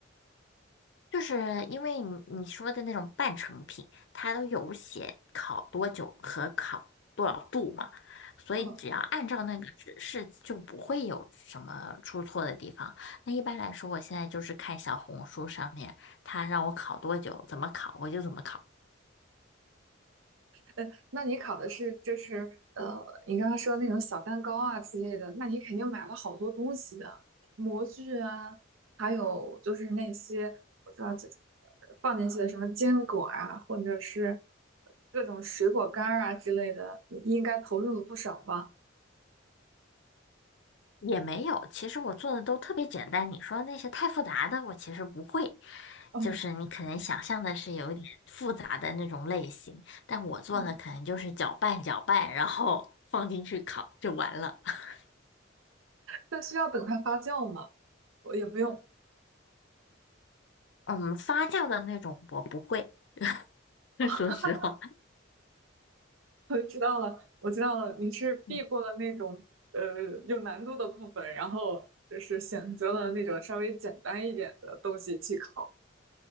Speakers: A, on the left; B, on the right.
A: 就是因为你你说的那种半成品，它都有写烤多久和烤多少度嘛，所以只要按照那个指示，
B: 嗯。
A: 就不会有什么出错的地方。那一般来说，我现在就是看小红书上面，它让我烤多久，怎么烤，我就怎么烤。
B: 呃，那你烤的是就是呃，你刚刚说那种小蛋糕啊之类的，那你肯定买了好多东西的，模具啊，还有就是那些我知道这放进去的什么坚果啊，或者是各种水果干儿啊之类的，你应该投入了不少吧？
A: 也没有，其实我做的都特别简单。你说那些太复杂的，我其实不会。
B: <laughs> 哦，
A: 就是你可能想象的是有一点复杂的那种类型，但我做的可能就是搅拌搅拌，
B: 嗯
A: 然后放进去烤就完了。<laughs>
B: 那需要等它发酵吗？我也不用。
A: 嗯，发酵的那种我不会，<laughs>
B: <laughs>
A: 说实话。
B: 我知道了，我知道了，你是避过了那种呃有难度的部分，
A: 嗯，
B: 然后就是选择了那种稍微简单一点的东西去考。